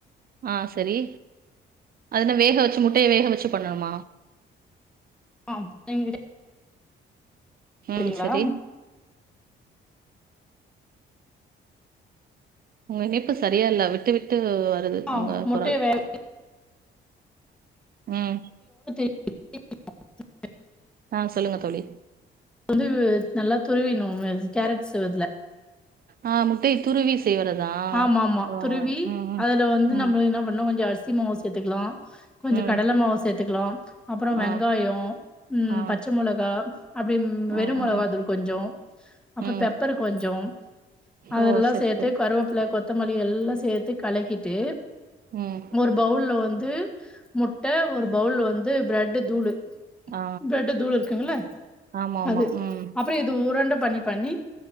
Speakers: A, on the right; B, in the centre.
A: அ செரி அதென வேக வெச்சு முட்டய வேக வெச்சு பண்ணணுமா
B: <unintelligible> செரிங்ளா
A: ம் சரி. உங்க இணைப்பு சரியா இல்ல விட்டு விட் டு வருது
B: ஆ
A: உங்க
B: முட்டைய
A: குரல்
B: வேக
A: ம்
B: <inaudible>
A: ஆ சொல்லுங்க தோழி.
B: வந்து நல்லா துருவின்னு <unintelligible> கேரட் சீவற்துல
A: அ முட்டய துருவி செய்வறதா?
B: ஆமா ஆமா
A: ஆ.
B: துருவி
A: ம், ம்.
B: அதுல வந்து
A: ம்,
B: நம்ப என்ன பண்ணு கொஞ்சோ அரிசி மாவு சேத்துக்லா. கொஞ்சோ
A: ம்.
B: கடல மாவு சேத்துக்லா அப்பறோ வெங்காயோ
A: ஆ,
B: ம்
A: ஆ,
B: பச்ச மொளகா அப்டி ம் வெரு
A: ஆ,
B: மொளகா
A: ஆ, ஆ.
B: தூள் கொஞ்சோ அப்ற
A: ம்.
B: பெப்பரு கொஞ்சோ அதெல்லா
A: ஓ! சரி,
B: சேத்து
A: சரி.
B: கருவேப் கொத்தமல்லி எல்லா சேத்து கலக்கிட்டு
A: ம்
B: ஒரு பவுள்ள வந் து முட்ட ஒரு பவுல் வந்து ப்ரெட்டு தூளு
A: ஆ
B: ப்ரெட்டு தூளு இருக்குங்கள
A: ஆமா ஆமா
B: அது
A: ம்
B: அப்றோ இது உரண்ட பண்ணி பண்ணி